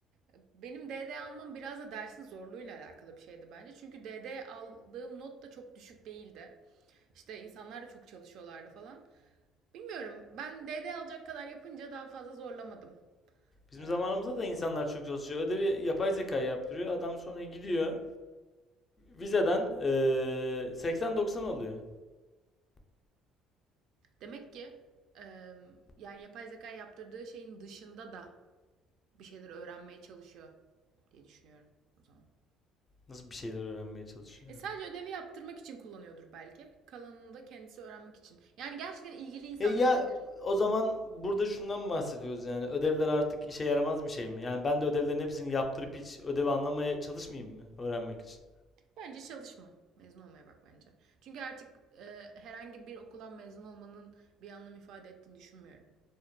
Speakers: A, on the right; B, on the left.
A: e, benim DD almam biraz da dersin zorluğuyla alakalı bir şeydi bence. Çünkü DD aldığım not da çok düşük değildi. İşte insanlar da çok çalışıyorlardı falan. Bilmiyorum. Ben DD alacak kadar yapınca daha fazla zorlamadım.
B: Bizim
A: Ee,
B: zamanımızda da insanlar çok çalışıyor. Ödevi yapay zeka yaptırıyor. Adam sonra gidiyor. Vizeden ee, 80-90 oluyor.
A: demek ki e, yani yapay zeka yaptırdığı şeyin dışında da bir şeyler öğrenmeye çalışıyor diye düşünüyorum o zaman.
B: Nasıl bir şeyler öğrenmeye çalışıyor?
A: E sadece ödevi yaptırmak için kullanıyordur belki. Kalanını da kendisi öğrenmek için. Yani gerçekten ilgili insanlar
B: E ya
A: olabilir.
B: o zaman burada şundan bahsediyoruz yani ödevler artık işe yaramaz bir şey mi? Yani ben de ödevlerin hepsini yaptırıp hiç ödevi anlamaya çalışmayayım mı öğrenmek için?
A: Bence çalışma. Mezun olmaya bak bence. Çünkü artık e, herhangi bir okuldan mezun olmanın bir anlam ifade ettiğini düşünmüyorum.